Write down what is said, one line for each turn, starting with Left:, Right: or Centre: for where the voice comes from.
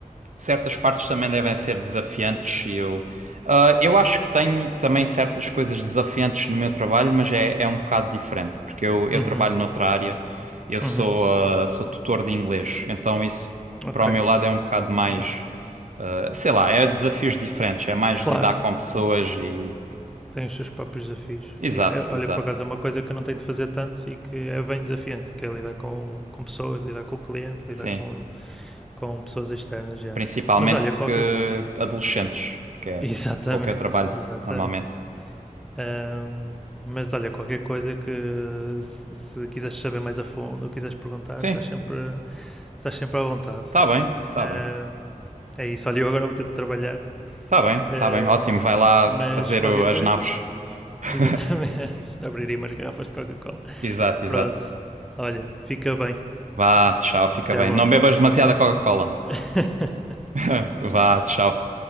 Right: Certas partes também devem ser desafiantes e eu, ah, eu acho que tenho também certas coisas desafiantes no meu trabalho, mas é, é um bocado diferente, porque eu, eu
Centre: Uhum,
Right: trabalho noutra área, eu sou,
Centre: uhum,
Right: ah, sou tutor de inglês, então isso
Centre: ok,
Right: para o meu lado é um bocado mais.
Centre: bom.
Right: Uh, sei lá, é desafios diferentes, é mais
Centre: Claro,
Right: lidar com pessoas e.
Centre: tem os seus próprios desafios.
Right: Exato,
Centre: Isso é, olha,
Right: exato.
Centre: por acaso é uma coisa que eu não tenho de fazer tanto e que é bem desafiante, que é lidar com, com pessoas, lidar com o cliente, lidar
Right: Sim.
Centre: com, com pessoas externas já.
Right: Principalmente
Centre: Mas olha, qualquer.
Right: que adolescentes,
Centre: <laughs>
Right: porque é
Centre: Exatamente,
Right: com o que eu trabalho
Centre: exatamente.
Right: normalmente.
Centre: Ahm, mas olha, qualquer coisa que se, se quiseres saber mais a fundo ou quiseres perguntar,
Right: Sim,
Centre: estás sempre, estás sempre à vontade.
Right: tá bem, tá
Centre: Ahm,
Right: bem.
Centre: é isso, olha, eu agora vou ter de trabalhar,
Right: Tá bem,
Centre: ahm,
Right: tá bem. Ótimo, vai lá
Centre: mas
Right: fazer
Centre: qualquer
Right: o- as
Centre: coisa,
Right: naves.
Centre: <laughs>
Right: <laughs>
Centre: exatamente, abriria umas garrafas de Coca-Cola.
Right: Exato, exato.
Centre: Pronto, olha, fica bem.
Right: Vá, tchau, fica
Centre: Até
Right: bem.
Centre: logo.
Right: Não bebas
Centre: Tchau,
Right: demasiada
Centre: tchau.
Right: Coca-Cola.
Centre: <laughs>
Right: <laughs> Vá, tchau.